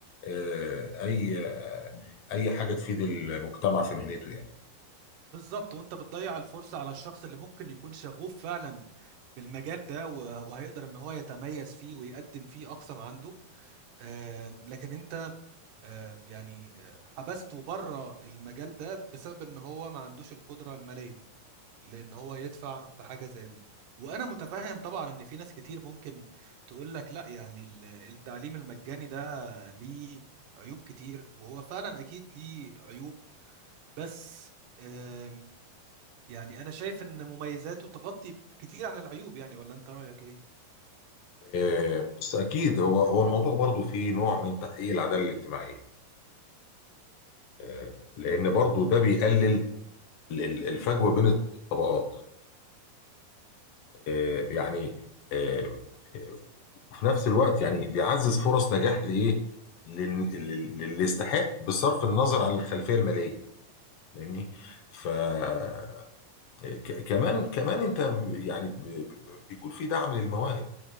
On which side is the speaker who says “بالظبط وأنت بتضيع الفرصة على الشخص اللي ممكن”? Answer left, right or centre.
Right